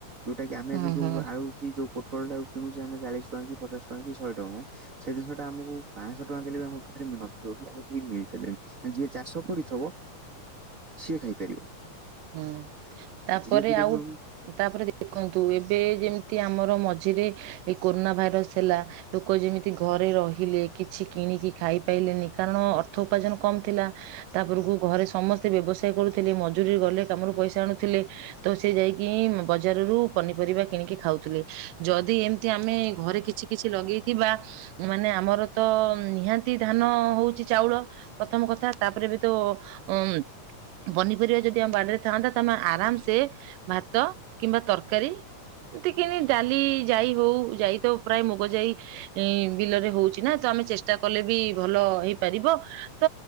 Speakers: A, on the right; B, on the right.
A: ଯୋଉଟା କି ଆମେ
B: ହୁଁ
A: ବି ଯୋଉ
B: ହୁଁ
A: ଆଳୁ କି ଯଉ ପୋଟୋଲ ଟାକୁ କିଣୁଛେ ଆମେ ଚାଳିଶ ଟଙ୍କା କି ପଚାଶ ଟଙ୍କା କି ଶହେ ଟଙ୍କା, ସେଇ ଜିନିଟା ଆମକୁ ପାଞ୍ଚଶହ ଟଙ୍କା ଦେଲେ ବି ଆମ ପାଖରେ ନଥିବ କି ଆମେ କି ମିଳିପାରିବନି, ଯିଏ ଚାଷ କରିଥବ ସିଏ ଖାଇପାରିବ,
B: ହୁଁ ତାପରେ
A: ଧୀରେ ଧୀରେ
B: ଆଉ,
A: ବି
B: ତାପରେ ଦେଖନ୍ତୁ ଏବେ ଯେମିତି ଆମର ମଝିରେ ଏ କୋରୋନା ଭାଇରସ୍ ଥିଲା, ଲୋକ ଯେମିତି ଘରେ ରହିଲେ କିଛି କିଣିକି ଖାଇପାରଲେନି କାରଣ ଅର୍ଥ ଉପାର୍ଜନ କମ ଥିଲା, ତାପରକୁ ଘରେ ସମସ୍ତେ ବ୍ୟବସାୟ କରୁଥିଲେ ମଜୁରୀ ଗଲେ କାମରୁ ପଇସା ଆଣୁଥିଲେ, ତ ସେ ଯାଇକି ବଜାରରୁ ପନିପରିବା କିଣିକି ଖାଉଥିଲେ ଯଦି ଏମିତି ଆମେ ଘରେ କିଛି, କିଛି ଲଗେଇଥିବା ମାନେ ଆମର ତ ନିହାତି ଧାନ ହଉଛି ଚାଉଳ, ପ୍ରଥମ କଥା ତାପରେ ବି ତ ଉଁ ପନିପରିବା ଯଦି, ତି ଆମ୍ ବାଡ଼ିରେ ଥାଆନ୍ତା ତମେ ଆରାମ୍ ସେ ଭାତ କିମ୍ବା ତରକାରୀ, ଏତିକିନି ଡାଲି ଯାଇ ହଉ ଯାଇ ତ ପ୍ରାୟ ମୁଗ ଯାଇ ଏ, ବିଲରେ ହଉଛି ନା ତ ଆମେ ଚେଷ୍ଟା କଲେ ବି ଭଲ ହେଇପାରିବ, ତ